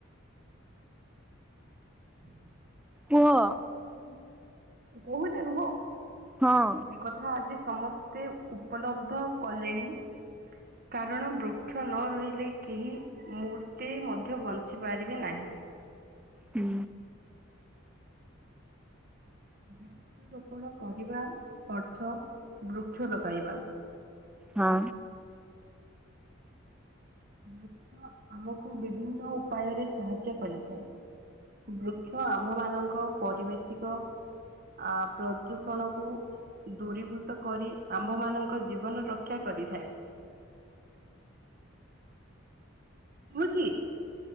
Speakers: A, on the right; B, in the centre.
A: <unintelligible>
B: କୁହ।
A: ହୁଁ କହୁଛ ରୁହ।
B: ହଁ।
A: ଏକଥା ଆଜି ସମସ୍ତେ ଉପଲବ୍ଧ କଲେଣି। କାରଣ ବୃକ୍ଷ ନ ରହିଲେ କେହି ମୁହୂର୍ତ୍ତେ ମଧ୍ୟ ବଞ୍ଚି ପାରିବେ ନାହିଁ।
B: ହୁଁ।
A: ବୃକ୍ଷରୋପଣ କରିବା ଅର୍ଥ ବୃକ୍ଷ ଲଗାଇବା।
B: ହଁ।
A: ବୃକ୍ଷ ଆମକୁ ବିଭିନ୍ନ ଉପାୟରେ ସାହାଯ୍ୟ କରିଥାଏ। ବୃକ୍ଷ ଆମ୍ଭ ମାନଙ୍କ ପରିବେଶିକ ଆ ପ୍ରଦୂଷଣକୁ ଦୂରୀଭୂତ କରି ଆମ୍ଭମାନଙ୍କ ଜୀବନ ରକ୍ଷା କରିଥାଏ। ଶୁଭୁଛି‌?